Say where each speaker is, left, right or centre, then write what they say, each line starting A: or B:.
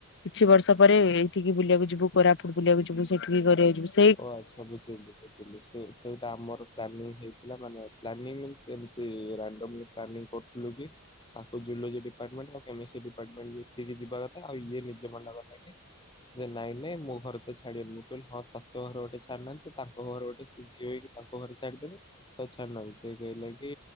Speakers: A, on the left; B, on the left.
A: କିଛି ବର୍ଷ ପରେ ଏଇଠିକି ବୁଲିବାକୁ ଯିବୁ କୋରାପୁଟ ବୁଲିବାକୁ ଯିବୁ ସେଠିକି କରିବାକୁ ଯିବୁ ସେ
B: ଓ ଆଚ୍ଛା ବୁଝିଲୁ ବୁଝିଲୁ ସେ ସେଇଟା ଆମର ପ୍ଲାନିଂ ହେଇଥିଲା ମାନେ ପ୍ଲାନିଙ୍ଗ୍ ସେମତି ରାଣ୍ଡମଲି ପ୍ଲାନିଙ୍ଗ କରୁଥିଲୁ କି ତାଙ୍କ ଜୁଲୋଜି ଡିପାର୍ମେଣ୍ଟ ଆଉ କେମିଷ୍ଟ୍ରି ଡିପାର୍ମେଣ୍ଟ ମିଶିକି ଯିବା କ ଆଉ ଇଏ ନିଜେ ମନ କଥା କି ଯେ ନାଇଁ ନାଇଁ ମୋ ଘରେ ତ ଛାଡିିବେନି ମୁଁ କହିଲି ହଁ ତ ତୋ ଘରେ ଗୋଟେ ଛାଡି ନାହାନ୍ତି ତାଙ୍କ ଘର ଗୋଟେ ସିଏ ଝିଅ ହୋଇକି ତାଙ୍କ ଘରେ ଗୋଟେ ଛାଡ଼ିଦେବେ। ତ ଛାଡୁନାହାନ୍ତି ସେ କହିଲା କି